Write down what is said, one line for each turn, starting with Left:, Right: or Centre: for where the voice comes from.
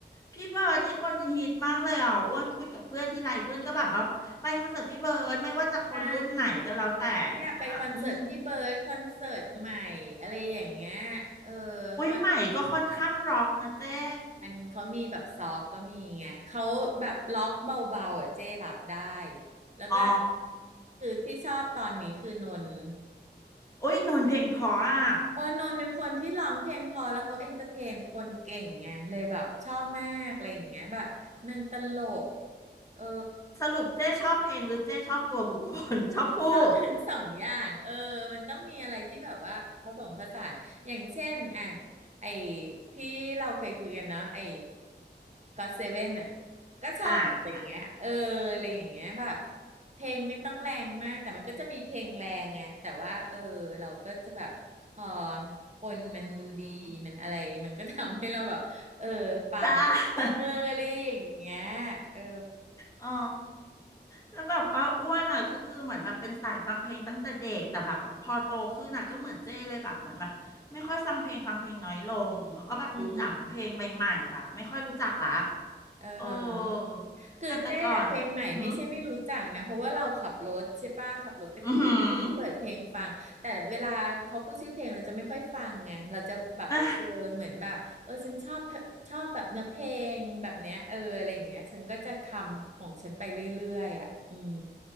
Left: พี่เบิร์ดนี่คนฮิตมากเลยอ่ะอ้วนคุยกับเพื่อนที่ไรเพื่อนก็แบบว่าไปคอนเสิร์ตพี่เบิร์ดไม่ว่าจะคนรุ่นไหนก็แล้วแต่อย่างเงี้ยอืม
Right: ใช่ เนี่ยไปคอนเสิร์ตพี่เบิร์ดคอนเสิร์ตใหม่อะไรอย่างเงี้ยเออ
Left: อุ้ยใหม่ก็ค่อนข้างร็อกนะเจ๊
Right: คอนมันเขามีแบบซอฟต์ก็มีไงเขาแบบล็อกเบาๆอ่ะเจ้รับได้แล้วก็
Left: อ๋อ
Right: คือที่ชอบตอนนี้คือนนท์
Left: อุ้ยนนท์เพลงเพออ่ะ
Right: เออนนท์เป็นคนที่ร้องเพลงพอแล้วเขาเอนเตอร์เทนคนเก่งไงเลยแบบชอบมากอะไรอย่างเงี้ยแบบนางตลกเออ
Left: สรุปเจ๊ชอบเพลงหรือเจ๊ชอบตัวบุคคล <laughs> ชอบผู้
Right: ชอบทั้งสองอย่างเออมันต้องมีอะไรที่แบบว่าผสมผสานอย่างเช่นอ่ะไอ้ที่เราเคยคุยกันเนาะไอ้ก็เซเว่นอ่ะก็ชอบแบบอย่างเงี้ยเอออะไรอย่างเงี้ยแบบ
Left: อ่ะอ่ะ
Right: เพลงไม่ต้องแรงมากแต่มันก็จะมีเพลงแรงไงแต่ว่าเออเราก็จะแบบพอคนมันดูดีมันอะไรมันก็ทำให้เราแบบเออฟัง
Left: อืมจ้า <laughs>
Right: เอออะไรอย่างเงี้ยเออ
Left: อ๋อแล้วแบบว่าอ้วนอ่ะก็คือเหมือนแบบเป็นสายฟังเพลงตั้งแต่เด็กแต่แบบพอโตขึ้นอ่ะก็เหมือนเจ้เลยแบบเหมือนแบบไม่ค่อยฟังเพลงฟังเพลงน้อยลงแล้วก็แบบรู้จักเพลงใหม่ๆแบบไม่ค่อยรู้จักละ
Right: อืมเออฮะ
Left: เออ
Right: คือแจ้เพลงใหม่ไม่ใช่ไม่รู้จักนะเพราะว่าเราขับรถใช่ป่ะขับรถไปทำงานก็จะเปิดเพลงฟังแต่เวลาเขาพูดชื่อเพลงเราจะไม่ค่อยฟังไงเราจะแบบเออเหมือนแบบเออฉันชอบชอบแบบเนื้อเพลงแบบเนี้ยเอออะไรอย่างเงี้ยฉันก็จะคำของฉันไปเรื่อยๆอ่ะอืม
Left: แต่แต่ก่อนอ่ะหืมออหืออ่ะ